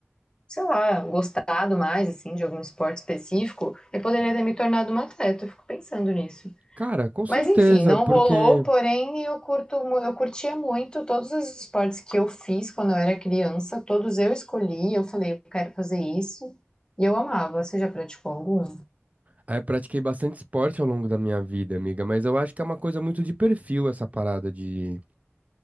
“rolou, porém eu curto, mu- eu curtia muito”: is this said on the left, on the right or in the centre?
Left